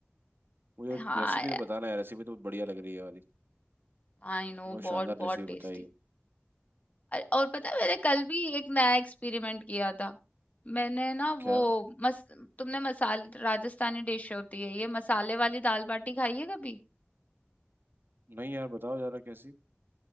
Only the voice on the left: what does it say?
हाँ
आई नो
बहुत बहुत
टेस्टी
और पता है मैंने कल भी एक नया एक्सपेरिमेंट किया था मैंने ना
वो मस तुमने मसाल राजस्थानी डिश होती है ये मसाले वाली दाल बाटी खाई है कभी